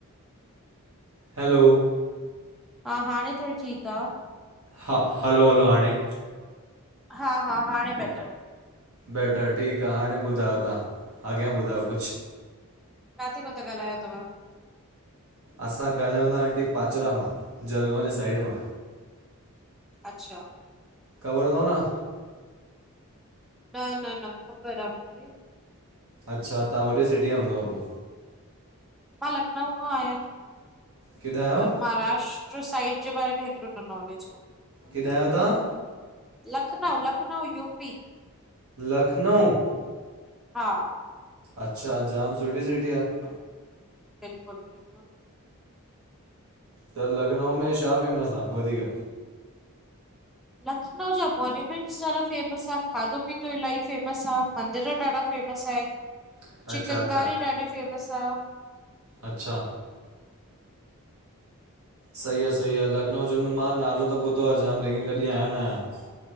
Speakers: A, on the right (about 70°); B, in the centre.
A: हैलो।
B: हा हाणे थोरी ठीकु आ।
A: हा, हलो हलो हाणे।
B: हा हा, हाणे बैेटर।
A: बैटर ठीकु आहे हाणे ॿुधायो तव्हां अॻियां ॿुधायो कुझु
B: काथे खां था ॻाल्हायो तव्हां
A: असां ॻाल्हायूं था आंटी पाचड़ा मां जलगांव जे साइड मां
B: अच्छा
A: ख़बर अथव न
B: न न न ख़बर आहे मूंखे
A: अच्छा तव्हां वॾे सिटी जा हूंदव पोइ
B: मां लखनऊ मां आहियां त
A: केॾां आहियो
B: महाराष्ट्र ॿियो साईंट जे बारे में हेतिरो नालेज आं
A: किथा आहियो तव्हां
B: लखनऊ लखनऊ यूपी
A: लखनऊ
B: हा
A: अच्छा जाम सुठी सिटी आहे
B: बिल्कुलु बिल्कुलु
A: त लखनऊ में छा फेमस आहे वधीक
B: लखनऊ जा मोन्यूमेंट सर <unintelligible> फेमस आहे खाधो पीतो इलाही फेमस आहे मंदर ॾाढा फेमस आहिनि
A: अच्छा
B: चिकन
A: अच्छा
B: कारी ॾाढी फेमस आहे
A: अच्छा सही आहे सही आहे लखनऊ जो मां नालो त ॿुधो आहे जाम लेकिन कॾहिं आयो न आहियां